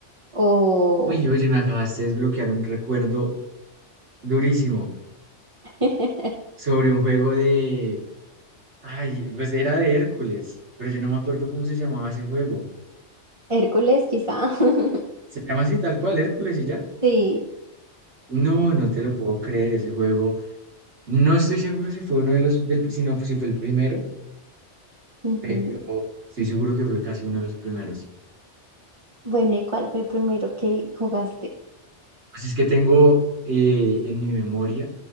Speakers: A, on the right; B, on the right.
A: o...
B: Uy, oye, me acabaste de desbloquear un recuerdo durísimo
A: <laughs>
B: sobre un juego de... Ay, pues era de Hércules, pero yo no me acuerdo cómo se llamaba ese juego.
A: Hércules, quizá. <laughs>
B: ¿Se llama así tal cual, Hércules y ya?
A: Sí.
B: No, no te lo puedo creer, ese juego. No estoy seguro si fue uno de los, del, si no, si fue el primero
A: Ujú.
B: pero estoy seguro que fue casi uno de los primeros.
A: Bueno, ¿y cuál fue el primero que jugaste?
B: Pues es que tengo eh, en mi memoria,